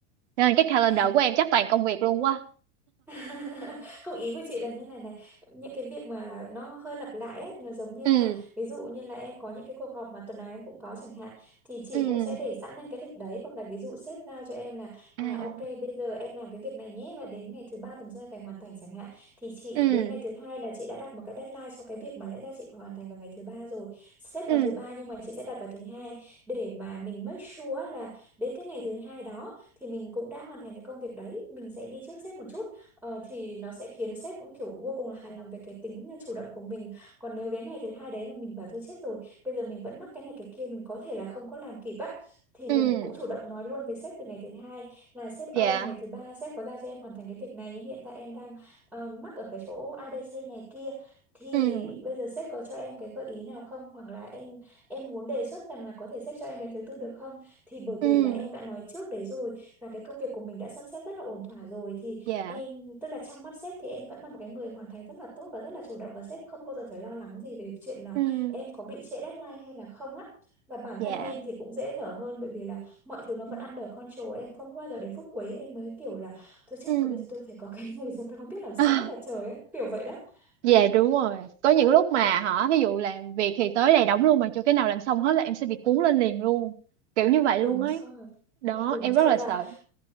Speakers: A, on the right; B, in the centre.
A: Nên cái calendar
B: à.
A: của em chắc toàn công việc luôn quá.
B: <laughs> không ý của chị là như này này những cái việc mà nó hơi lặp lại ấy, là giống như
A: Ừ,
B: là ví dụ như là em có những cái cuộc họp mà tuần nào em cũng có chẳng hạn thì chị
A: ừ,
B: cũng sẽ để sẵn lên cái lịch đấy hoặc là ví dụ sếp giao cho em là à
A: à,
B: ok bây giờ em làm cái việc này nhé và đến ngày thứ ba tuần sau em phải hoàn thành chẳng hạn thì chị
A: ừ,
B: đến ngày thứ hai là chị đã đặt một cái deadline cho cái việc mà lẽ ra chị phải hoàn thành vào ngày thứ ba rồi sếp
A: ừ,
B: nói thứ ba nhưng mà chị sẽ đặt vào thứ hai để mà mình make sure là đến cái ngày thứ hai đó thì mình cũng đã hoàn thành cái công việc đấy mình sẽ đi trước sếp một chút Ờ, thì nó sẽ khiến sếp cũng kiểu vô cùng là hài lòng về cái tính à, chủ động của mình còn nếu đến ngày thứ hai đấy mà mình bảo thôi chết rồi bây giờ mình vẫn mắc cái này cái kia mình có thể là không có làm kịp á thì
A: ừ,
B: mình cũng chủ động nói luôn với sếp từ ngày thứ hai là sếp
A: dạ,
B: ơi ngày thứ ba sếp có giao cho em hoàn thành cái việc này nhưng hiện tại em đang ờ, mắc ở cái chỗ a ABC này kia thì
A: ừ,
B: bây giờ sếp có cho em cái gợi ý nào không hoặc là em em muốn đề xuất rằng là có thể sếp cho em đến thứ tư được không thì bởi
A: ừ,
B: vì là em đã nói trước đấy rồi và cái công việc của mình đã sắp xếp rất là ổn thỏa rồi thì
A: dạ,
B: em tức là trong mắt sếp thì em vẫn là một cái người hoàn thành rất là tốt và rất là chủ động và sếp không bao giờ phải lo lắng gì về chuyện là
A: ừ,
B: em có bị trễ deadline hay là không á và bản
A: dạ,
B: thân em thì cũng dễ thở hơn bởi vì là mọi thứ nó
A: ừ.
B: vẫn under control em không bao giờ đến phút cuối em mới kiểu là tôi chết
A: ừ.
B: rồi bây giờ tôi phải có cái này rồi tôi không biết làm sao
A: <laughs>
B: hết là trời á kiểu vậy đó
A: Dạ
B: ừ,
A: đúng rồi Có những lúc mà hả Ví dụ làm việc thì tới đây đóng luôn Mà chưa cái nào làm xong hết là em sẽ bị cuốn lên liền luôn Kiểu như vậy
B: đúng
A: luôn ấy
B: rồi
A: Đó
B: đúng
A: em
B: rồi
A: rất là
B: và
A: sợ